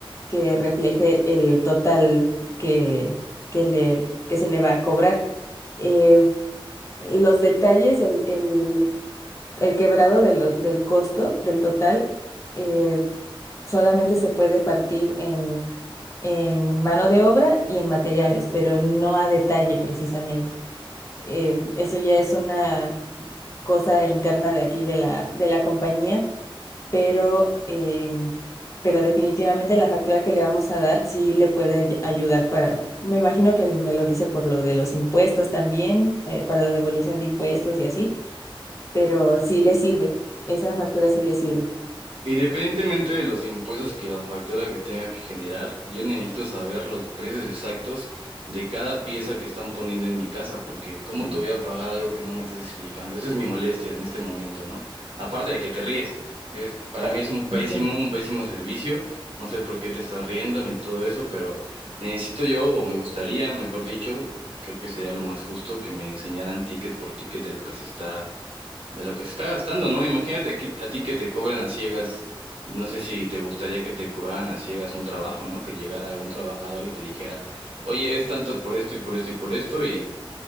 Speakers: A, on the left; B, on the right.
A: que refleje el total que, que le, que se le va a cobrar. Eh, los detalles, el, el, el quebrado de lo- del costo, del total. eh, solamente se puede partir en, en mano de obra y en materiales, pero no a detalle precisamente. Eh, eso ya es una cosa interna de aquí de la, de la compañía, pero, em, pero definitivamente la factura que le vamos a dar sí le puede ay- ayudar para, me imagino que me lo dice por lo de los impuestos también, eh, para la devolución de impuestos y así, pero sí le sirve, esa factura sí le sirve.
B: Independientemente de los impuestos que la factura que tenga que generar, yo necesito saber los precios exactos de cada pieza que están poniendo en mi casa, porque ¿cómo
A: Ah,
B: te voy a pagar algo que no me estás explicando? Esa es mi molestia en este momento, ¿no? Aparte de que te ríes, es- para
A: eh,
B: mí es un pésimo,
A: entiendo.
B: un pésimo servicio, no sé por qué te estás riendo ni todo eso, pero necesito yo, o me gustaría, mejor dicho, creo que sería lo más justo que me enseñaran ticket por ticket de lo que se está de lo que se está gastando, ¿no? Imagínate aquí, a ti que te cobren a ciegas. No sé si te gustaría que te cobraran a ciegas un trabajo, ¿no? Que llegara un trabajador y te dijera, oye, es tanto por esto y por esto y por esto y